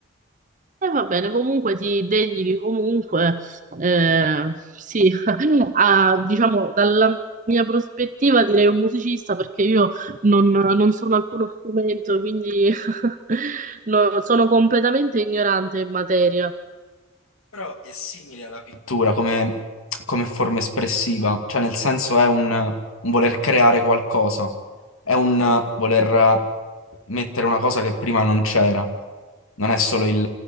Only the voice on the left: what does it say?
Però è simile alla pittura come, come forma espressiva, cioè nel senso è un, un voler creare qualcosa, è un voler mettere una cosa che prima non c'era, non è solo il-